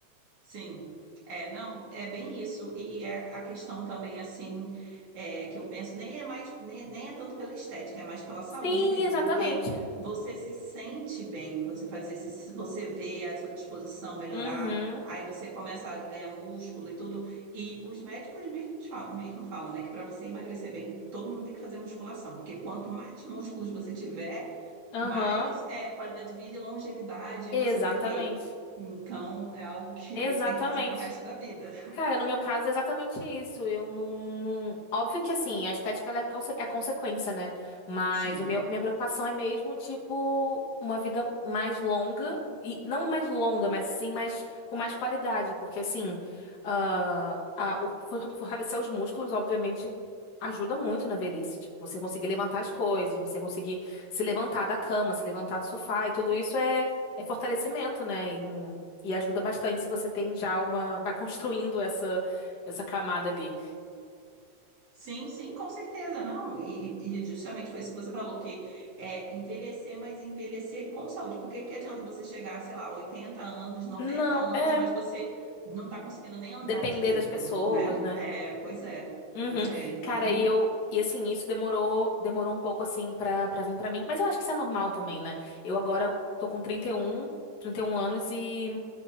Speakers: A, on the right (about 45°); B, on the left (about 75°).
A: sim. É, não, é bem isso. E, e a, a questão também, assim, é, que eu penso, nem é mais, nem, nem é tanto pela estética, é mais pela saúde
B: Sim,
A: mesmo,
B: exatamente.
A: porque você se sente bem quando você faz isso, você vê a sua disposição melhorar,
B: Uhum,
A: aí você começa a ganhar músculo e tudo. E os médicos mesmo falam, mesmo falam, né, que para você emagrecer bem, todo mundo tem que fazer musculação, porque quanto mais músculos você tiver,
B: aham,
A: mais é, qualidade de vida e longevidade
B: exatamente.
A: você vai ter. Então, é algo que
B: Exatamente.
A: <laughs> tem que fazer para o resto da vida.
B: Cara, no meu caso é exatamente isso. Eu não, não... Óbvio que assim, a estética ela é, conse- é consequência, né? Mas
A: Sim.
B: o meu, a minha preocupação é mesmo, tipo, uma vida mais longa, e não mais longa, mas sim mais com mais qualidade. Porque assim, ah, a- o for- fortalecer os músculos, obviamente, ajuda muito na velhice. Tipo, você conseguir levantar as coisas, você conseguir se levantar da cama, se levantar do sofá, e tudo isso é, é fortalecimento, né? E ajuda bastante se você tem já uma. Vai construindo essa, essa camada ali.
A: Sim, sim, com certeza, não. E, e justamente foi isso que você falou, que é envelhecer, mas envelhecer com saúde. Porque que adianta você chegar, sei lá, 80 anos, noventa
B: Não,
A: anos,
B: é.
A: mas você não está conseguindo nem andar
B: Depender
A: direito,
B: das pessoas,
A: né?
B: né?
A: É, pois é,
B: Uhum.
A: pois é. Então,
B: Cara, e eu. E assim, isso demorou, demorou um pouco assim pra, pra vir pra mim. Mas eu acho que isso é normal também, né? Eu agora tô com trinta trinta e um trinta e um anos e